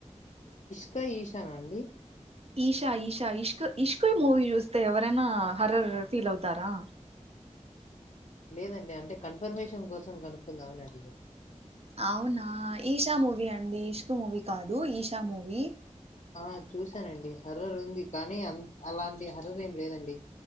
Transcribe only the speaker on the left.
ఇకా ఈశానా అండి
లేదండి అంటే కన్ఫర్మేషన్ కోసం కనుక్కుందామని అడిగా
ఆ చూసానండి హర్రర్ ఉంది కానీ అ అలాంటి హర్రర్ ఏం లేదండి